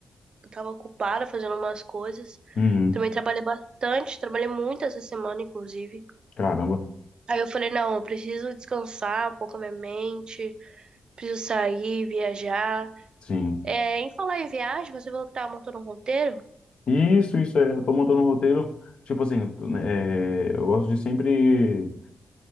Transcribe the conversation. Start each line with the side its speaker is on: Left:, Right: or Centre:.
Right: eu tava ocupada fazendo umas coisas.
Left: Uhum.
Right: Também trabalhei bastante, trabalhei muito essa semana, inclusive.
Left: Caramba,
Right: Aí eu falei, não, eu preciso descansar um pouco a minha mente, preciso sair, viajar.
Left: sim.
Right: É, em falar em viagem, você falou que tava montando um roteiro?
Left: Isso, isso é. Eu tô montando um roteiro, tipo assim, né, é, eu gosto de sempre